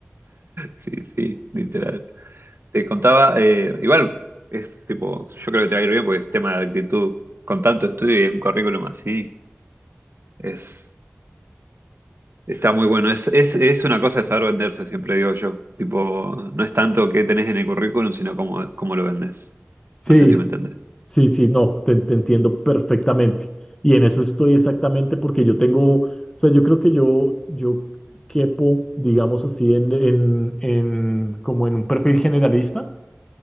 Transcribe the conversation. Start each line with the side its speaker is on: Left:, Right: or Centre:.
Right: Sí, sí, literal. Te contaba, eh, igual, es tipo, yo creo que te va a ir bien porque es tema de actitud. Con tanto estudio y un currículum así, es Está muy bueno. Es, es, es una cosa de saber venderse, siempre digo yo. Tipo, no es tanto qué tenés en el currículum, sino cómo, cómo lo vendés.
Left: Sí.
Right: No sé si me entendés.
Left: Sí, sí, no, te, te entiendo perfectamente. Y en eso estoy exactamente porque yo tengo, o sea, yo creo que yo, yo quepo, digamos así, en, en, en, como en un perfil generalista,